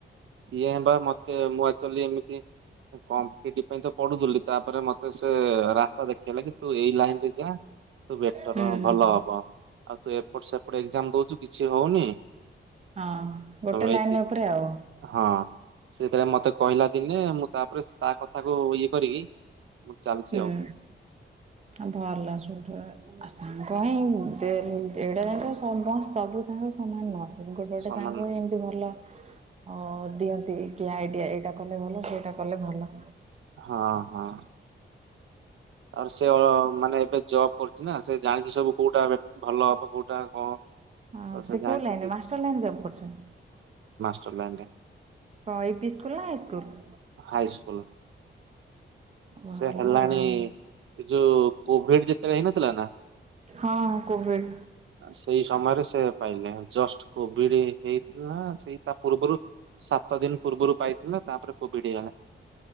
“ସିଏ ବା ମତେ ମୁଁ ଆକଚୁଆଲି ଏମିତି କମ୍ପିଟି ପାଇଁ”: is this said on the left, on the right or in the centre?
Right